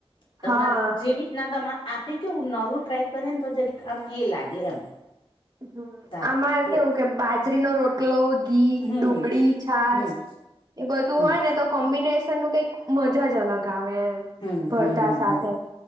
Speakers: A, on the left; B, on the right.
A: તમાર
B: હા
A: જેવી ન તો આપણે કેવું નવું ટ્રાય કરીએને તો જરી આમ એ લાગે એમ.
B: હમ
A: તારે
B: આમાં
A: બોલ
B: કેવુ કે બાજરીનો રોટલો જ ઘી
A: હમ
B: ડુંગળી છાસ
A: હમ
B: એ બધું
A: હમ
B: હોય ને તો કો કોમ્બિનેશનનું કઈક મજા જ અલગ આવે. એમ
A: હમ
B: ભરતા
A: હમ હમ
B: સાથે
A: હ